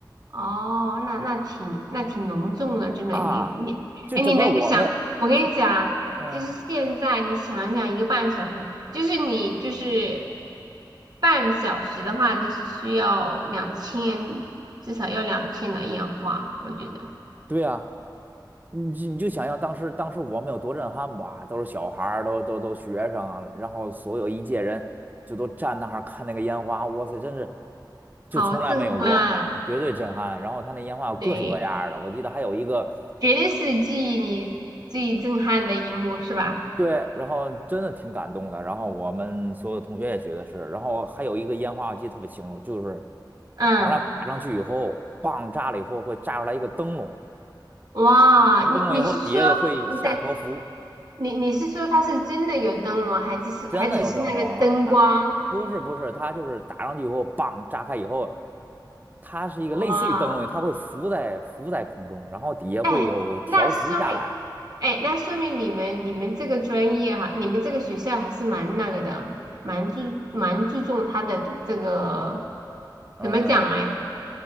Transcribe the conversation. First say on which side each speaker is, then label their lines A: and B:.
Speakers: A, on the right (about 55°); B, on the right (about 25°).
A: 哦，那那挺那挺隆重的，真的。
B: 啊，
A: 你你，
B: 就整个我们就
A: 哎，你能够想，我跟你讲，
B: 嗯、
A: 就是现在你想一想，一个半小时，就是你就是半小时的话，就是需要两千，至少要两千的烟花，我觉得
B: 对呀、你就你就想象当时当时我们有多震撼吧，都是小孩儿，都都都学生，然后所有一届人就都站那儿看那个烟花，哇塞，真是就从来没有过，
A: 好震撼，
B: 绝对震撼。然后他那烟花有各式各样儿的，
A: 对，
B: 我记得还有一个
A: 绝对是记忆里最震撼的一幕，是吧？
B: 对，然后真的挺感动的。然后我们所有同学也觉得是，然后还有一个烟花我记得特别清楚，就是
A: 嗯，
B: 往上打上去以后，棒炸了以后会炸出来一个灯笼，
A: 哇，
B: 灯笼以后底下也会下条幅。
A: 你你是说不是？你你是说他是真的有灯笼，还只是还只是那个灯光？
B: 真的有灯笼啊，它不是不是，它就是打上去以后，棒炸开以后，它是一个类似于灯笼，
A: 哇，
B: 它会浮在浮在空中，然后底下会有条幅下来。
A: 哎，那说明，哎，那说明你们你们这个专业哈，你们这个学校还是蛮那个的，蛮注蛮注重他的这个
B: 嗯，
A: 怎么讲嘞？